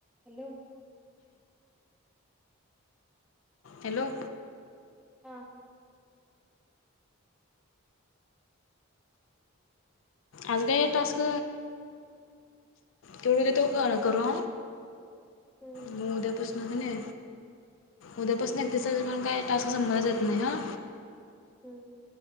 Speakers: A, in the centre; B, on the left (about 65°).
A: हॅलो.
B: हॅलो.
A: हा.
B: आज काय टास्क तेवढ देतो करू.
A: हम्म
B: म उद्यापासन ह नी उद्यापासन तीस तारखे पर्यंत काय टास्क संपणारच येत नाही ह.
A: हम्म.